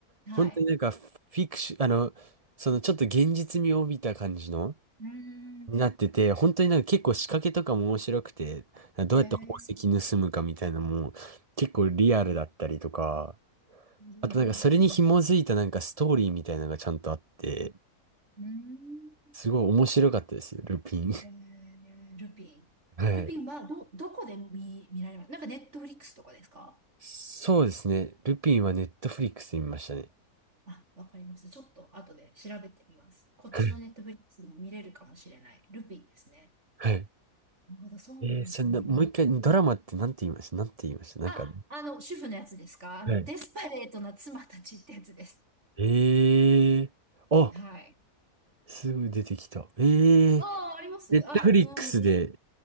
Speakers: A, on the right; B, on the right.
A: はい。
B: 本当になんかフィクション、あの、そのちょっと現実味を帯びた感じの、
A: うーん。
B: になってて、本当になんか結構仕掛けとかも面白くて、どうやって宝石盗むかみたいなのも結構リアルだったりとか、
A: ええ、うん。
B: あと、なんかそれに紐づいたなんかストーリーみたいなのがちゃんとあって、
A: うーん。
B: すごい面白かったですよ、ルピン。
A: えー、ルピン。
B: <laughs> はい。
A: ルピンはど、どこで見、見られますなんかネットフリックスとかですか
B: そうですね。ルピンはネットフリックスで見ましたね。
A: あ、わかりました。ちょっと後で調べてみます。こっちのネットフリックスでも見れるかもしれない。
B: はい
A: ルピンですね。
B: はい。
A: なるほど、そうなんですね。
B: えー、そんな、もう一回、ドラマってなんて言いましたなんて言いましたなんか、
A: あ、あの、主婦のやつですかあの、
B: はい。
A: デスパレートな妻たちってやつです。
B: えーあ、
A: はい。
B: すぐ出てきた。えー
A: ああ、ありますあ、
B: ネットフリックスで
A: うん、ね、